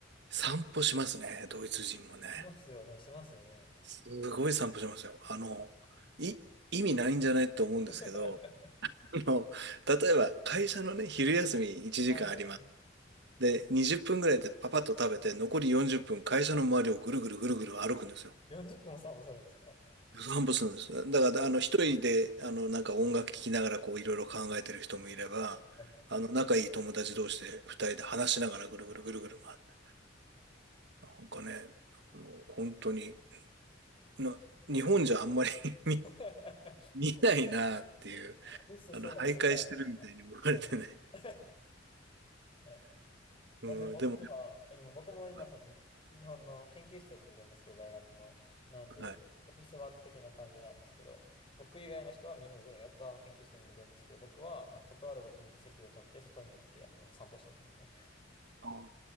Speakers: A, on the right; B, on the left.
A: 散歩しますね、ドイツ人もね。
B: い。しますよね、しますよね。
A: すごい散歩しますよ。あの、い、意味ないんじゃないと思うんですけど、
B: <laughs>
A: あの、例えば会社のね、昼休み1時間あります。
B: はい。
A: で、20分ぐらいでパパッと食べて、残り40分会社の周りをぐるぐるぐるぐる歩くんですよ。
B: 40分も散歩するんですか
A: 散歩するんです。だから、あの、一人で、あの、なんか音楽聴きながら、こう、いろいろ考えてる人もいれば、
B: はい
A: あの、仲いい友達同士で、二人で話しながら、ぐるぐるぐるぐる回って。なんかね、あの、本当に、な、日本じゃあんまり <laughs> 見、
B: <laughs>
A: 見ないなっていう、
B: そう。ミスすら出れないはい
A: あの、徘徊してるみたいに思われてね。
B: <laughs>。はい
A: うん、
B: なんで僕は、
A: でもね、
B: 今、僕も今その日本の研究室にいるんですけど、
A: はい。
B: 大学の。なんで、
A: はい
B: オフィスワーク的な感じなんですけど、僕以外の人はみんなずーっとあの研究室にいるんですけど、僕はあのことあるごとに席を立って外に行ってあの散歩してますね。
A: あー